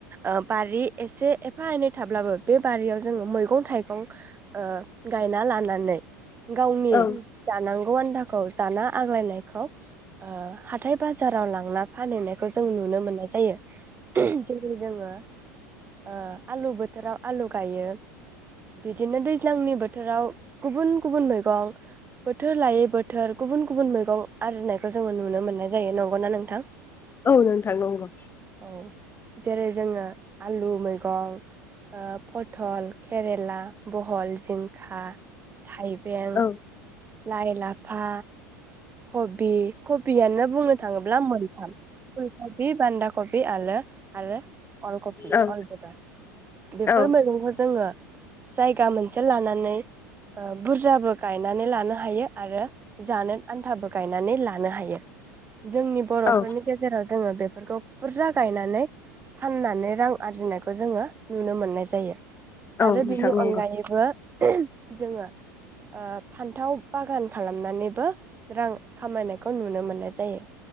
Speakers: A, on the right; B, on the left.
A: ओ बारि एसे एफा एनै थाब्लाबो बे बारियाव जोङो मैगं थाइगं ओ गायना लानै गावनि
B: औ
A: जानां गौ आन्दाखौ जाना आग्लायनायखौ ओ हाथाय बाजाराव लांना फानहैनाय खौ जों नुनो मोननाय जायो। जेरै जोङो ओ आलु बोथोराव आलु गायो बिदिनो दैज्लांनि बोथ थोराव गुबुन गुबुन मैगं बोथोर लायै बोथोर गुबुन गुबुन मैगं आरजिनायखौ जोङो नुनो मोननाय जायो नंगौना नोंथां?
B: औ नोंथां नंगौ।
A: औ जेरै जोङो आलु मैगं ओ पथल केरेला बहल जिं खा थाइबें
B: औ
A: लाइ लाफा कबि कबियानो बुंनो थाङोब्ला मोनथाम फुलकबि बान्दा कबि आलो आरो अलकबि
B: औ
A: अल बेदार बेफोर
B: औ
A: मैगंखौ जोङो जायगा मोनसे लाना नै ओ बुरजाबो गायनानै लानो हायो। आरो जानो आन्थाबो गायनानै लानो हायो। जोंनि बर'फोरनि
B: औ
A: गेजेराव जोङो बे फोरखौ बुरजा गायनानै फाननानै रां आरजिनायखौ जोङो नुनो मोननाय जायो। आरो
B: औ नोंथां
A: बिनि
B: नंगौ
A: अनगायैबो जोङो ओ फान्थाव बागान खालामनानैबो रां खामायनायखौ नुनो मोननाय जायो।